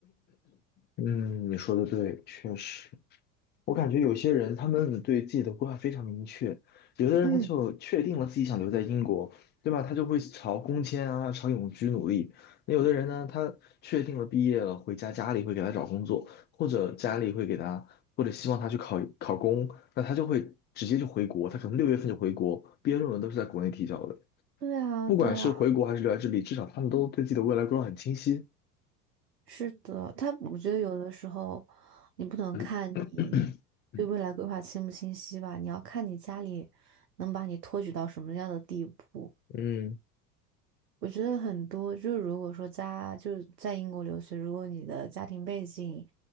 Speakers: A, on the left; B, on the right.
A: 嗯，你说的对，确实。我感觉有些人他们对自己的规划非常明确，有的人他就确定了自己想留在英国，
B: 嗯，
A: 对吧？他就会朝工签啊、朝永居努力。那有的人呢，他确定了毕业了，回家家里会给他找工作，或者家里会给他，或者希望他去考考公，那他就会直接就回国，他可能六月份就回国，毕业论文都是在国内提交的。
B: 对啊，
A: 不管是回国还是留在这里，
B: 对啊。
A: 至少他们都对自己的未来规划很清晰。
B: 是的，他我觉得有的时候你不能看你
A: <clears throat> 嗯，
B: 对未来规划清不清晰吧，你要看你家里能把你托举到什么样的地步。
A: 嗯
B: 我觉得很多，就是如果说家就是在英国留学，如果你的家庭背景，